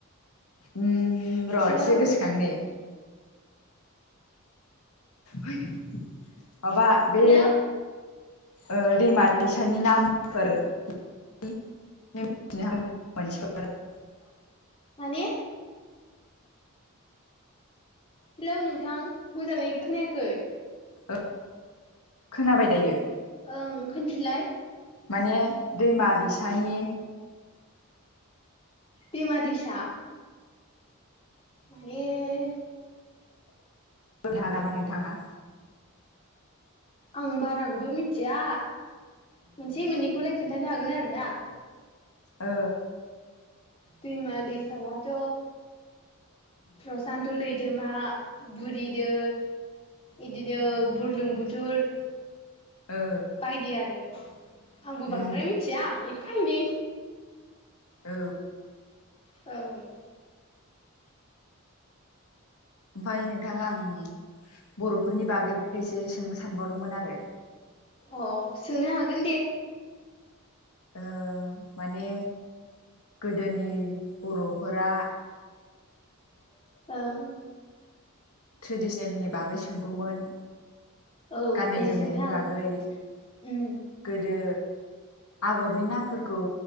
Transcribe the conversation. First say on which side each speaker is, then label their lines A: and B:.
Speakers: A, on the left (about 90°); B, on the left (about 25°).
A: ओम र'
B: हेलौ
A: एसे गोसोखांनि। है माबा बे
B: हेलौ
A: ओ दैमा दैसानि नामफोर <unintelligible>
B: माने हेलौ नोंथां मोजाङै खोनायाखै?
A: ओ खोनाबाय दायो
B: ओं खोनफिनलाय
A: माने दैमा दैसानि
B: दैमा-दैसा माने
A: ओ हागामा नोथाङा?
B: आं बाराखौबो मिथिया मोनसे मोननैखौलाय खोन्थानो हागोन आरोना
A: ओ
B: दैमा दैसायाथ प्रसान्त लैथोमा बुरि दै इदिनो बुरलुंबुथुर
A: ओ
B: बायदि आरो आंबो बांद्राय
A: उम
B: मिथिया एफा एनै
A: औ
B: औ
A: ओमफाय नोंथां आं बरफोरनि बागैबो एसे सोंनो सानबावदोंमोन आरो
B: अ सोंनो हागोन दे
A: ओ माने गोदोनि बरफोरा
B: ओं
A: ट्रेडिसिनेलनि बागै सोंगौमोन
B: औ
A: गाननाय
B: दे
A: जोमनायनि
B: सोंनो हागोन
A: बागै
B: उम
A: गोदो आगरनि नाम फोरखौ